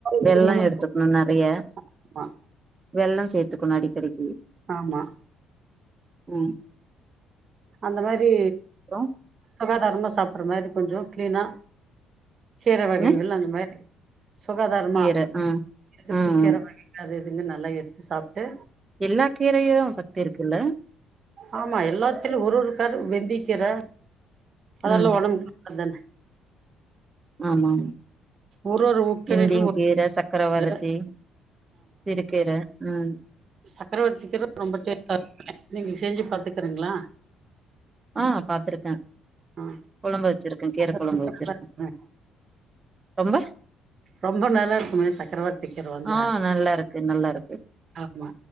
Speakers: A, on the right; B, on the right.
A: வெல்லோ
B: வருமுன்னும்
A: எட்த்துக்குணு நெறைய
B: ஆமா
A: வெள்ளம் சேத்துக்கணு அடிக்கடிக்கி
B: ஆமா
A: உம்
B: அந்த மாரி
A: அப்றோ
B: சுகாதாரமா சாப்பிட்ற மாரி கொஞ்சோ கிளீனா கீர வகைங்கள்
A: என்ன
B: அந்த மாரி சுகாதாரமா
A: கீர ம்
B: எதச்சு
A: ம்
B: கீர
A: ம்
B: வக அது எதுங்கு நல்லா எடுத்து சாப்ட்டு
A: எல்லா கீரையு சக்தி இருக்குல்ல
B: ஆமா எல்லாத்துலயு ஒரு ஒருக்கரு வெந்திக்கீற அதெல்லா
A: ம்
B: ஒடம்புக்கு நல்லது
A: ஆமாம்
B: ஒரு ஒரு கீரையிலு
A: இந்திங்
B: ஒரு
A: கீர சக்கரவருதி
B: இது
A: சிறுகீர உம்
B: சக்கரவர்த்திக்கீர ரொம்ப டேஸ்டா இருக்குமே நீங்க செஞ்சு பாத்துக்கறீங்களா
A: ஆ பாத்தருக்கே
B: ஆ
A: கொழம்பு வச்சிருக்கே கீர
B: அது
A: கொழம்பு
B: ரொம்ப
A: வச்சுருக்
B: நல்லா இருக்குமே
A: ரொம்ப
B: ரொம்ப நல்லா இருக்குமே சக்கரவர்த்தி கீர வந்து
A: ஆ நல்லா இருக்கு நல்லா இருக்கு
B: ஆமா